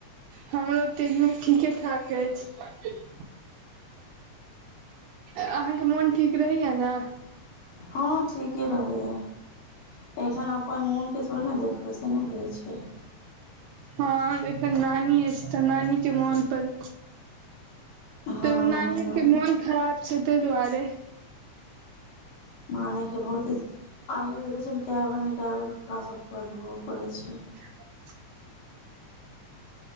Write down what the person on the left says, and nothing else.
हँ ठीके रहले या एखन अपन मोन के थोड़े ने देखबै से ना बुझै छियै
हँ
नानी
नानी के बहुते आइयो देखे छै ने क बेर ने कए बेर कपड़ा सब पूरा धोवय पड़े छै